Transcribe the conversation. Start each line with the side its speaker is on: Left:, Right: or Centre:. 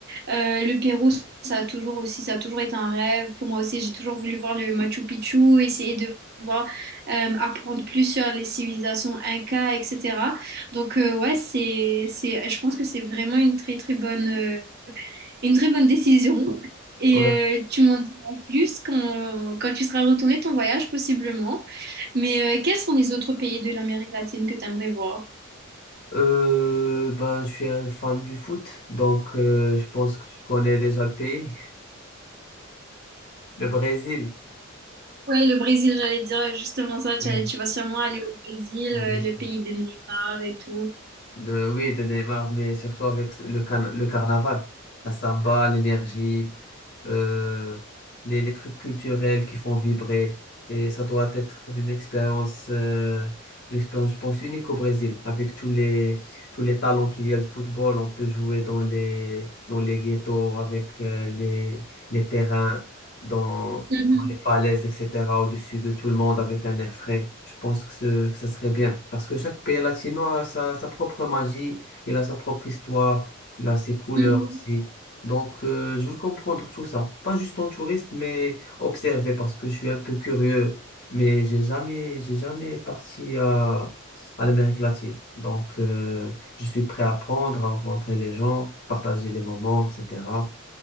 Right: Euh, le Pérou, ça a toujours aussi, ça a toujours été un rêve. Pour moi aussi, j'ai toujours voulu voir le Machu Picchu, essayer de voir, euh, apprendre plus sur les civilisations Inca, etc. Donc euh, ouais, c'est, c'est, je pense que c'est vraiment une très très bonne, euh, une très bonne décision. Et
Left: Ouais.
Right: euh, tu m'en diras plus quand, quand tu seras retourné de ton voyage, possiblement. Mais euh, quels sont les autres pays de l'Amérique latine que tu aimerais voir?
Left: Euh, ben, je suis un fan du foot, donc euh, je pense que tu connais déjà le pays, le Brésil.
Right: Ouais, le Brésil, j'allais dire justement ça, tu,
Left: Oui,
Right: allais- tu vas sûrement aller au Brésil,
Left: oui,
Right: euh,
Left: bien sûr.
Right: le pays de Neymar et tout.
Left: De, oui, de Neymar, mais surtout avec le, can- le carnaval, la samba, l'énergie, euh, les, les trucs culturels qui font vibrer. Et ça doit être une expérience, euh, une expérience, je pense, unique au Brésil, avec tous les, tous les talents qu'il y a du football. On peut jouer dans les, dans les ghettos, avec euh, les les terrains. dans,
Right: Mhm,
Left: dans les falaises, etc., au-dessus de tout le monde avec un air frais. Je pense que, ce, que ça serait bien. Parce que chaque pays latino a sa, sa propre magie, il a sa propre histoire, il a ses couleurs
Right: mhm.
Left: aussi. Donc, euh, je veux comprendre tout ça. Pas juste en touriste, mais observer parce que je suis un peu curieux. Mais j'ai jamais, j'ai jamais parti à, à l'Amérique latine. Donc, euh, je suis prêt à apprendre, à rencontrer les gens, partager les moments, etc.